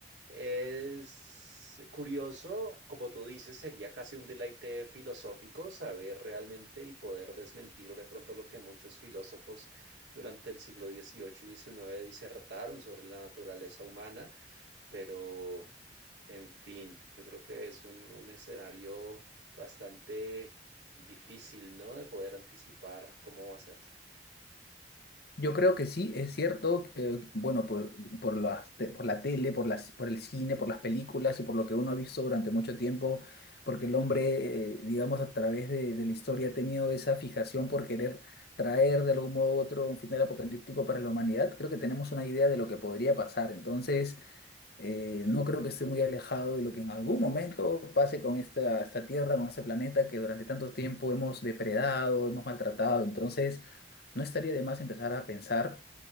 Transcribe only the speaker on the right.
es curioso, como tú dices, sería casi un deleite filosófico saber realmente y poder desmentir de pronto lo que muchos filósofos durante el siglo XVIII y XIX disertaron sobre la naturaleza humana, pero... En fin, yo creo que es un, un escenario bastante difícil, ¿no? De poder anticipar cómo va a ser.